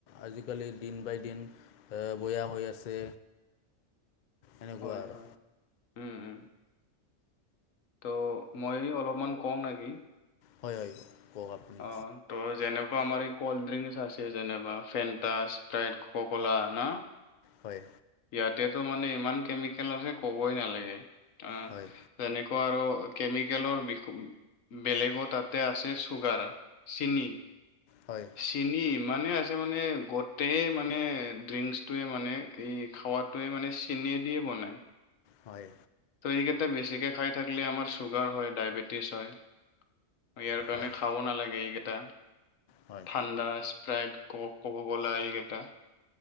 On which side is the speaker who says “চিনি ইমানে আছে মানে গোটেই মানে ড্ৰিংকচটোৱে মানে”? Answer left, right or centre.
Left